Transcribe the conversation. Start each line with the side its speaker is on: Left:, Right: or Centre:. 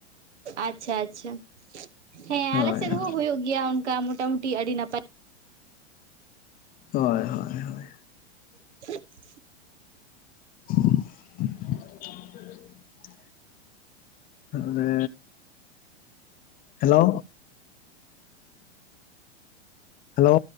Right: ᱟᱪᱪᱷᱟ ᱟᱪᱪᱷᱟ ᱦᱮᱸ
Left: ᱦᱳᱭ
Right: ᱟᱞᱮ ᱥᱮᱫ
Left: ᱦᱳᱭ
Right: ᱦᱚᱸ ᱦᱩᱭᱩᱜ ᱜᱮᱭᱟ ᱚᱱᱠᱟ ᱢᱚᱴᱟ ᱢᱩᱴᱤ ᱟᱹᱰᱤ ᱱᱟᱯᱟᱭ᱾
Left: ᱦᱳᱭ ᱦᱳᱭ ᱦᱳᱭ,
Right: <inaudible>
Left: <inaudible> ᱛᱟᱦᱟᱞᱮ ᱦᱮᱞᱳ᱾ ᱦᱮᱞᱳ᱾